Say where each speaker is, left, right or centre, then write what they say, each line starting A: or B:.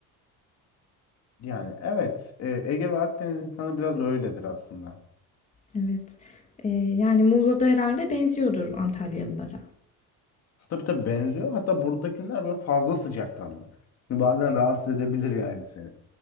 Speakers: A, on the left; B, on the left.
A: Yani evet, e, Ege ve Akdeniz insanı biraz öyledir aslında.
B: Evet. Ee, yani Muğla'da herhalde benziyordur Antalyalılara.
A: Tabii tabii benziyor. Hatta buradakiler böyle fazla sıcakkanlı. Bazen rahatsız edebilir yani seni.